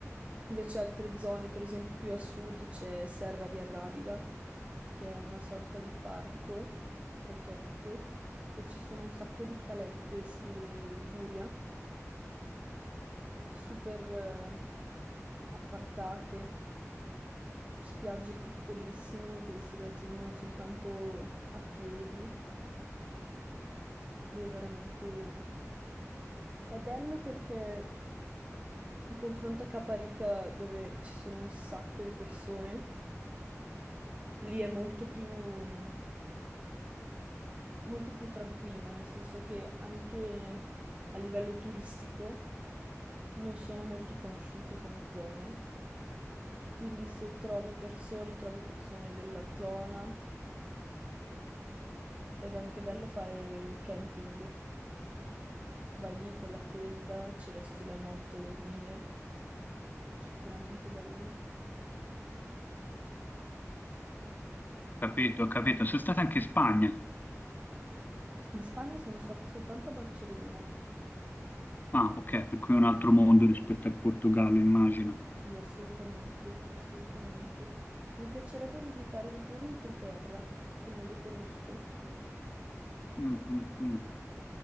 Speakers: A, on the right (about 25°); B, on the left (about 35°).
A: Invece altre zone, per esempio più a sud c'è Serra di Arrabida, che è una sorta di parco protetto e ci sono un sacco di calette stile Liguria, super eh, appartate, spiagge piccolissime che si raggiungono soltanto a piedi. Lì è veramente... È bello perché In confronto a Caparica, dove ci sono un sacco di persone, lì è molto più, mm, molto più tranquillo, nel senso che anche a livello turistico non sono molto conosciute come zone. Quindi se trovi persone, trovi persone della zona ed è anche bello fare camping. Vai lì con la tenda, ci resti la notte a dormire. Veramente bello.
B: capito, ho capito. Sei stata anche in Spagna.
A: In Spagna sono stata soltanto a Barcellona.
B: Ah, ok, per cui è un altro mondo rispetto al Portogallo, immagino.
A: Sì, assolutamente, assolutamente. Mi piacerebbe visitare di più l'entroterra, che non lo conosco.
B: Mm, mm, mm.